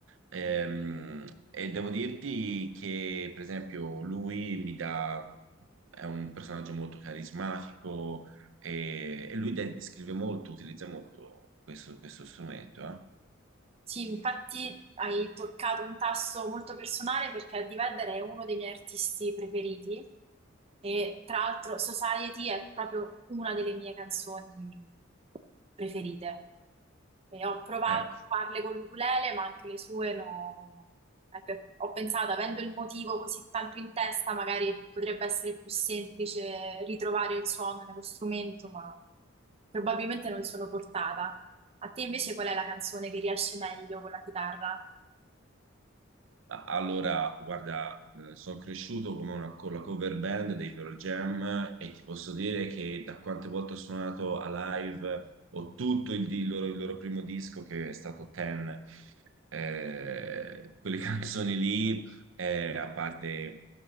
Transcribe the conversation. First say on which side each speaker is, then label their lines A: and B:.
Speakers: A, on the right (about 75°); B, on the right (about 30°).
A: Ehm, e devo dirti che, per esempio, lui mi dà, è un personaggio molto carismatico e, e lui de- scrive molto, utilizza molto questo, questo strumento. eh.
B: Sì, infatti hai toccato un tasto molto personale perché Eddie Vedder è uno dei miei artisti preferiti e tra l'altro Society è proprio una delle mie canzoni preferite. E ho provato
A: Ecco.
B: a farle con l'ukulele, ma anche le sue no. Ecco, Ho pensato, avendo il motivo così tanto in testa, magari potrebbe essere più semplice ritrovare il suono nello strumento, ma probabilmente non sono portata. A te invece qual è la canzone che riesce meglio con la chitarra?
A: Ah, Allora, guarda, eh, sono cresciuto con, una, con la cover band dei Pearl Jam e ti posso dire che da quante volte ho suonato a live ho tutto il, di- il loro, il loro primo disco che è stato Ten. Eh, quelle <laughs> canzoni lì, eh, a parte